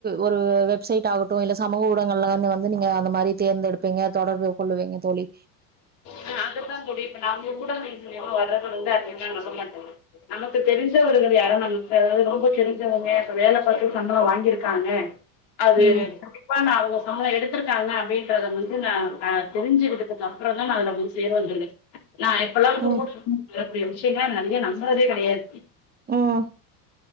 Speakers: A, on the right; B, on the left.
A: ஒரு வெப்சைட் ஆகட்டும் இல்ல சமூக ஊடங்கள்லாம் வந்து நீங்க அந்த மாதிரி தேர்ந்தெடுப்பீங்க தொடர்பு கொள்ளுவீங்க தோலி
B: ஹ அதுதான் தோலி இப்ப நம்ம ஊடகத்தின் மூலைமா வர்றது வந்து அதிகமா நம்ப மாட்டேங்க நமக்கு தெரிஞ்சவர்கள் யாரும் நமக்கு அதாவது ரொம்ப தெரிஞ்சவங்க இப்ப வேலை பார்த்த சம்பளம் வாங்கியிருக்காங்க அது
A: ம்
B: கண்டிப்பா நா அவங்க நம்மள எடுத்திருக்காங்க அப்படின்றத வந்து நா-நா தெரிஞ்சுகிறதுக் அப் அப்புறம் தான் ந அதல்ல சேர வந்துறக்க நா இப்பெல்லாம் வந்து
A: ம்
B: <inaudible> வரக்கூடிய விஷயங்கள நறைய நம்புறதே கிடையாது
A: உம்